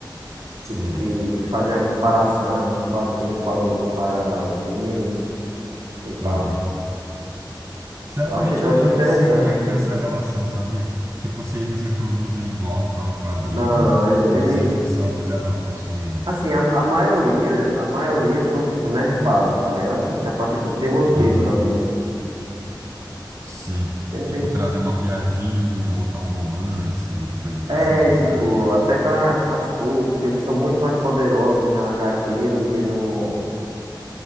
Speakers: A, on the right (about 35°); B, on the right (about 80°).
A: Sei.
B: tipo, que, que fazia a comparação dos quadrinhos para, o, para os filmes e tal.
A: Aham. Sinceramente,
B: Eu achei, eu
A: eu,
B: achei
A: eu nem
B: interessante,
A: sei como é
B: assim.
A: que é essa relação, sabia? Tipo, se eles reproduzem igual tá no quadrinho,
B: Não, não, ele, ele-
A: ou se eles precisam fazer adaptações, né?
B: assim, a, a maioria, a maioria são, tipo, nerfados, tá ligado? É pra, tipo, ter roteiro
A: Aham.
B: também.
A: Sim.
B: Porque não
A: Tipo,
B: tem...
A: trazer uma piadinha, botar um romance, ou coisas
B: É,
A: assim,
B: e,
A: você
B: tipo,
A: acha?
B: até com a, com as fo- tipo, eles são muito mais poderosos na HQ do que no...